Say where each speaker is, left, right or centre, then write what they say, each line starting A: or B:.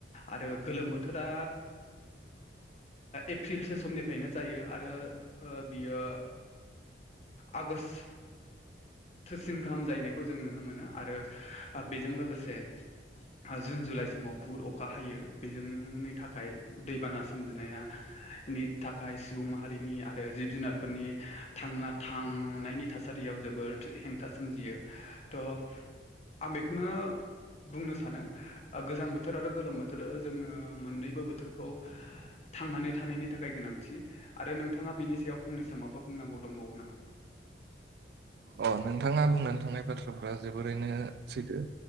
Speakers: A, on the left; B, on the right.
A: आरो गोलोम बोथोरा एप्रिलसो समनिफ्रायनो जायो आरो बियो आगषट थोसिम गाहाम जाहैनायखौ जों नुनो मोनो आरो बेजों लोगोसे। से जुन जुलाइ समाव बुहुद अखा हायो बेजोंनि थाखाय दैबाना सोमजिनाया। नि थाखाय सुबुं माहारिनि आरो जिब जुनारफोरनि थांना थांनायनि थासारि दैयाव जोबोद हेंथा सोमजियो थ आं बेखौनो। बुंनो सानो गोजां बोथोर आरो गोलोम बोथोर जोंङो मोननैबो बोथोरखौ। थांनानै थानायनि थाखाय गोनांथि आरो नोंथाङा बेनि सायाव फंनैसो माबा बुंनांगौ दंबावो नामा?
B: अ नोंथाङा बुंनानै थांनाय बाथ्राफ्रा जोबोरैनो सैथो।